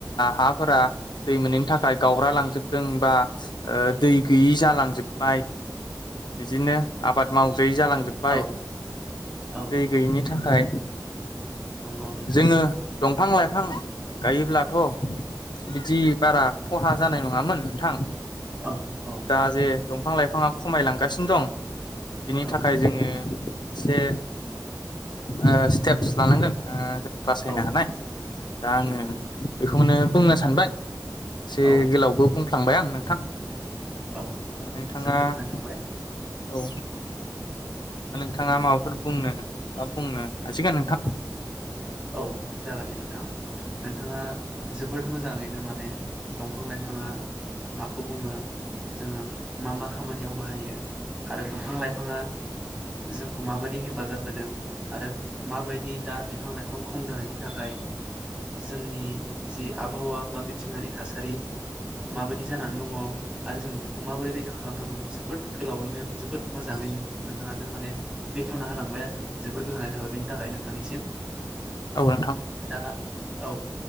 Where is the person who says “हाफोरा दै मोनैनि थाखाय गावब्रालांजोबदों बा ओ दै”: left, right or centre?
Left